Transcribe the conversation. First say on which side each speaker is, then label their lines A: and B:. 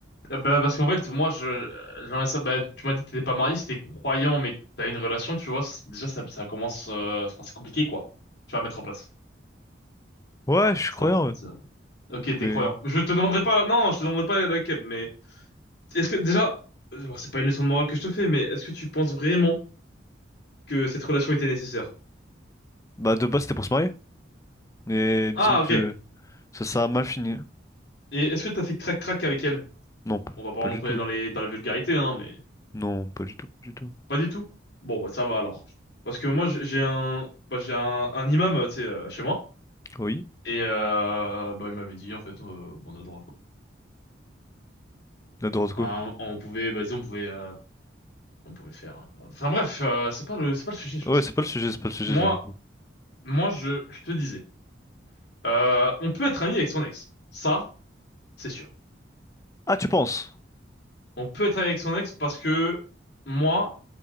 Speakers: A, on the left (about 60°); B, on the left (about 15°).
A: Euh, Bah, parce qu'en fait, moi, je, euh, j'aimerais ça, bah, tu m'as dit que t'étais pas marié, si t'es croyant, mais que t'as une relation, tu vois, c'est- déjà, ça, ça commence, euh, enfin, c'est compliqué, quoi. Tu vas mettre en place.
B: Ouais, je suis
A: C'est
B: croyant,
A: vrai,
B: ouais.
A: c'est vrai. Ok, t'es
B: Mais
A: croyant. Je te demanderai pas, non, je te demanderai pas laquelle, mais est-ce que, déjà, euh, bon, c'est pas une leçon de morale que je te fais, mais est-ce que tu penses vraiment que cette relation était nécessaire?
B: bah de base c'était pour se marier. Mais disons
A: Ah,
B: que
A: ok.
B: ça ça a mal fini.
A: Et est-ce que t'as fait crac-crac avec elle?
B: Non, p-
A: On va pas rentrer
B: pas du tout.
A: dans les, dans les vulgarités, hein, mais
B: Non, pas du tout, pas du tout.
A: pas du tout. Bon, bah, ça va alors. Parce que moi, j'ai j'ai un, bah, j'ai un, un imam, tu sais, euh, chez moi.
B: Oui,
A: Et euh, bah, il m'avait dit, en fait, euh, bon, on a droit, quoi.
B: la Dorotko.
A: Enfin, on pouvait, vas-y, on pouvait, euh, on pouvait faire. euh, Enfin, bref, euh, c'est pas le, c'est pas le sujet, je
B: Ouais,
A: pense.
B: c'est pas le sujet, c'est pas le sujet
A: Moi,
B: du coup.
A: moi, je, je te disais, euh, on peut être ami avec son ex. Ça, c'est sûr.
B: Ah, tu penses?
A: On peut être ami avec son ex parce que moi,